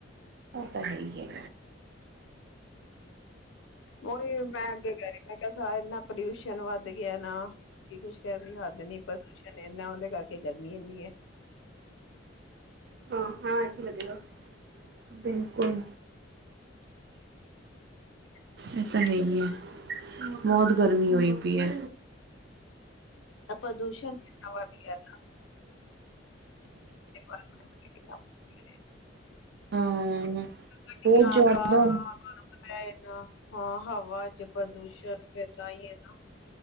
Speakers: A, on the right; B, on the left.
A: ਤਾਂਹੀ
B: ੳਹੀ ਇਹ ਮੈਂ ਅੱਗੇ ਕਹ ਰੀ ਮੈਂ ਕਿਹਾ ਸਾ ਇਨਾ ਪੋਲਿਊਸ਼ਨ ਵੱਧ ਗਿਆ ਨਾ ਕੀ ਕੁਝ ਕਹਿਣ ਦੀ ਹੱਦ ਨਹੀਂ ਬਦੂ ਮੈਂ ਉਹਦੇ ਕਰਕੇ ਗਰਮੀ ਇਨੀ ਏ
A: ਹਾ ਹਾ ਏਥੇ ਲਗੇ ਰੋ ਬਿਲਕੁੱਲ
B: <inaudible>
A: ਇਹ ਤਾਂ ਹੈ ਨੀ ਬਹੁਤ ਗਰਮੀ ਹੋਈ ਪਈ ਹ
B: ਪ੍ਰਦੂਸ਼ਣ ਕਿੰਨਾ ਵਾਦ ਗਿਆ <unintelligible>
A: ਹਾਂ।
B: ਗੱਡੀਆਂ
A: ਬਹੁਤ ਜ਼ਿਆਦਾ
B: ਕਾਰਾਂ ਤੇ ਹਾਂ ਹਵਾ ਚ ਪ੍ਰਦੂਸ਼ਣ ਫੇਰ ਤਾਂ ਹੀਏ ਨਾ